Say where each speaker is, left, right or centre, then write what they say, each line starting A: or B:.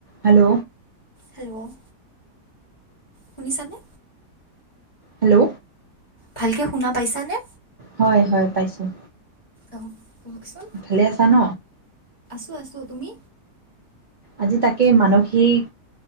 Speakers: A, on the right (about 45°); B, on the left (about 20°).
A: হেল্ল'?
B: হেল্ল' শুনিছানে?
A: হেল্ল'?
B: ভালকে শুনা পাইছা নে?
A: হয় হয় পাইছোঁ।
B: অ কওঁকচোন?
A: ভালে আছা ন?
B: আছোঁ আছো তুমি?
A: আজি তাকে মানসিক